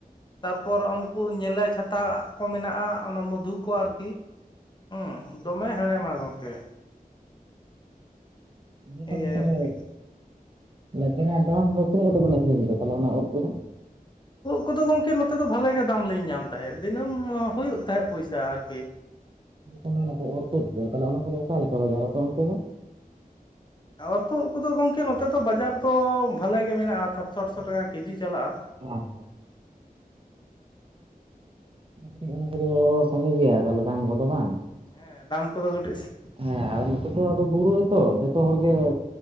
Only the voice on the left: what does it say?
ᱛᱟᱨᱯᱚᱨ ᱚᱱ ᱠᱩ ᱧᱮᱞᱮ ᱪᱷᱟᱛᱟ ᱠᱚ ᱢᱮᱱᱟᱜ-ᱟ ᱚᱱᱟ ᱢᱚᱫᱷᱩ ᱠᱚ ᱟᱨᱠᱤ, ᱚᱸ᱾ ᱫᱚᱢᱮ ᱦᱮᱬᱮᱢᱟ ᱜᱚᱝᱠᱮ᱾
ᱤᱭᱟᱹ
ᱟᱨᱠᱤ
ᱩᱫᱽ ᱠᱚᱫᱚ ᱜᱚᱝᱠᱮ ᱱᱚᱛᱮ ᱫᱚ ᱵᱷᱟᱞᱮ ᱜᱮ ᱫᱟᱢ ᱞᱤᱧ ᱧᱟᱢ ᱛᱟᱦᱮᱸᱫ ᱫᱤᱱᱟᱹᱢ ᱦᱩᱭᱩᱜ ᱛᱟᱦᱮᱸᱫ ᱯᱚᱭᱥᱟ ᱟᱨᱠᱤ᱾
ᱚᱨᱛᱚ ᱠᱚᱫᱚ ᱜᱚᱝᱠᱮ ᱱᱚᱛᱮ ᱫᱚ ᱵᱟᱡᱟᱨ ᱫᱚ ᱵᱷᱟᱞᱮ ᱜᱮ ᱢᱮᱱᱟᱜᱼᱟ ᱥᱟᱛᱥᱚ ᱟᱴᱥᱚ ᱴᱟᱠᱟ ᱠᱮᱡᱤ ᱪᱟᱞᱟᱜᱼᱟ᱾
ᱦᱮᱸ ᱫᱟᱢ ᱠᱚᱫᱚ ᱠᱟᱹᱴᱤᱡ ᱥᱥᱤ